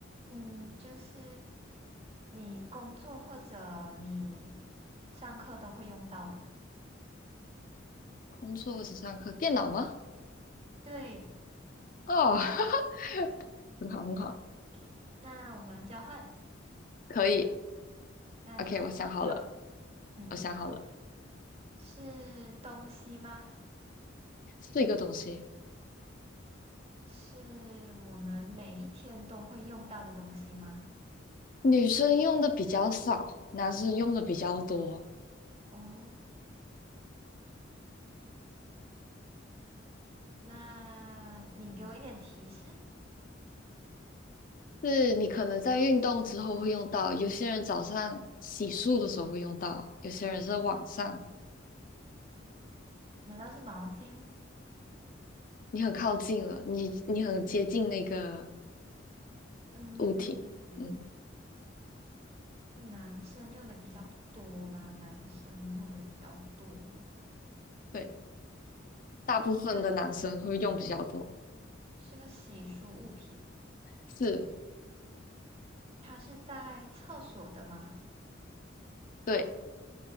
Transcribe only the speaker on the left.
工作或者上课，电脑吗？
哦，<laughs> 很好很好。
可以
，OK，我想好了，
我想好了，
四个东西，
女生用的比较少，男生用的比较多。
是你可能在运动之后会用到，有些人早上洗漱的时候会用到，有些人是晚上，
你很靠近了，你你很接近那个
物体，嗯，
对，大部分的男生会用比较多，
是，
对。